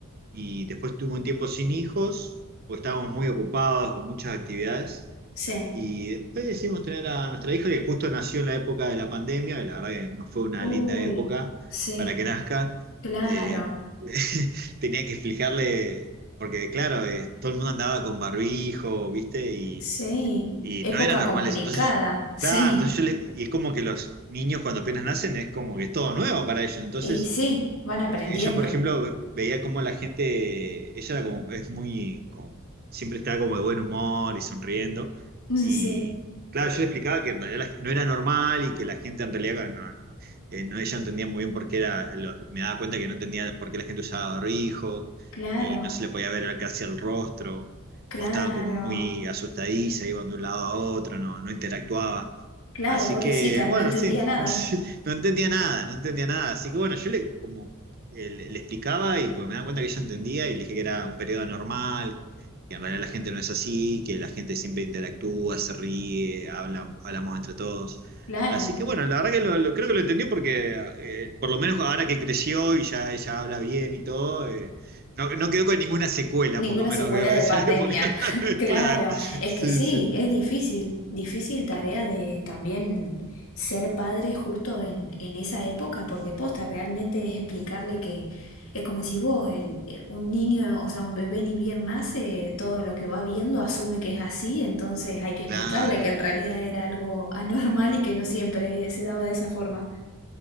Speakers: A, on the right; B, on the left.
A: Y después tuve un tiempo sin hijos, porque estábamos muy ocupados con muchas actividades.
B: Sí,
A: Y después decidimos tener a nuestra hija que justo nació en la época de la pandemia, y la verdad que no fue una
B: uy,
A: linda época
B: sí,
A: para que nazca.
B: claro,
A: Eh, <laughs> tenía que explicarle, porque claro, eh, todo el mundo andaba con barbijo, ¿viste? Y,
B: sí,
A: y
B: época
A: no era normal
B: complicada,
A: eso. Entonces, yo-
B: sí,
A: claro, entonces yo le- y es como que los niños cuando apenas nacen es como que es todo nuevo para ellos. Entonces,
B: y sí, van
A: eh,
B: aprendiendo,
A: Ella, por ejemplo, ve- veía como la gente, ella era como, es muy, como- siempre estaba como de buen humor y sonriendo.
B: <laughs>
A: Y
B: sí,
A: claro, yo le explicaba que en realidad la- no era normal y que la gente en realidad no, no, eh, no, ella no entendía muy bien por qué era, lo- me daba cuenta que no entendía por qué la gente usaba barbijo
B: claro,
A: y no se le podía ver casi el rostro,
B: claro,
A: o estaba como muy asustadiza, iba de un lado a otro, no, no interactuaba.
B: claro,
A: Así
B: pobrecita,
A: que, bueno,
B: no entendía
A: sí,
B: nada,
A: <laughs> no entendía nada, no entendía nada. Así que bueno, yo le como eh, le, le explicaba y porque me daba cuenta que ella entendía y le dije que era un periodo anormal, que en realidad la gente no es así, que la gente siempre interactúa, se ríe, habla, hablamos entre todos.
B: claro.
A: Así que bueno, la verdad que lo, lo- creo que lo entendió porque eh, por lo menos ahora que creció y ya ella habla bien y todo, eh, no, no quedó con ninguna secuela,
B: Ninguna
A: por lo menos
B: secuela
A: veo de
B: de
A: esa
B: pandemia.
A: <laughs> época.
B: <laughs>
A: <laughs>
B: Claro,
A: Claro,
B: es
A: sí,
B: que sí,
A: sí.
B: es difícil, difícil tarea de también ser padre justo en, en esa época, porque posta realmente es explicarle que es como decís vos, el, eh, un niño, o sea, un bebé ni bien nace, todo lo que va viendo asume que es así, entonces hay que explicarle
A: Claro.
B: que en realidad era algo anormal y que no siempre se daba de esa forma.